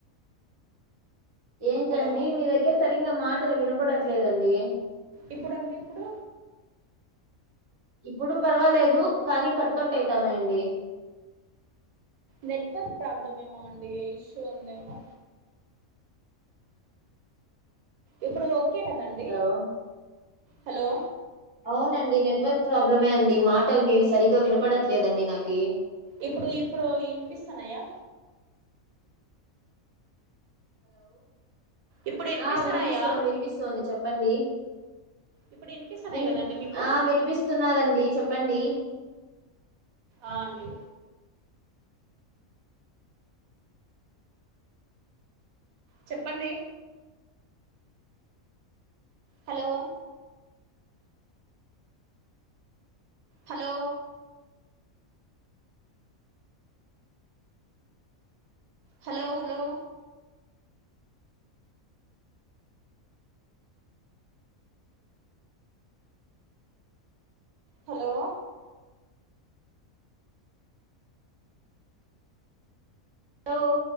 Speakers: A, on the right; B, on the right.
A: ఏంటండి
B: హలో
A: మీ దగ్గర సరింగా మాటలు వినపడట్లేదండి
B: ఇప్పుడండి ఇప్పుడు
A: ఇప్పుడు పర్వాలేదు కానీ కట్ కట్ అయితాన్నాయండి
B: నెట్వర్క్ ప్రాబ్లం ఏమో అండి ఇష్యూ ఉందేమో ఇప్పుడు ఓకే కదండి
A: హలో
B: హలో
A: అవునండి నెట్వర్క్ ప్రాబ్లమే అండి మాటలు మీవి సరిగా వినపడట్లేదండి నాకి
B: ఇప్పుడు ఇప్పుడు వినిపిస్తాన్నయా ఇప్పుడు వినిపిస్తున్నాయా
A: ఆ వినిపిస్తోంది వినిపిస్తోంది చెప్పండి
B: ఇప్పుడు వినిపిస్తున్నాయి
A: వినిప్
B: కదండి మీకు
A: ఆ వినిపిస్తున్నాదండి చెప్పండి
B: ఆ అండి చెప్పండి hello hello hello hello hello
A: hello